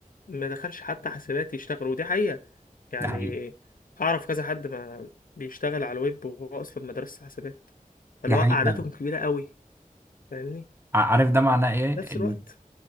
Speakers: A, on the left; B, on the right.
A: ما دخلش حتى حسابات يشتغل ودي حقيقة يعني
B: ده حقيقي
A: اعرف كذا حد ما بيشتغل على الويب وهو اصلا مدرسة حسابات فاللي
B: ده حقيقي
A: هو قعدتهم
B: فعلا.
A: كبيرة قوي فاهمني
B: ع- عارف ده معناه ايه
A: في نفس
B: ان
A: الوقت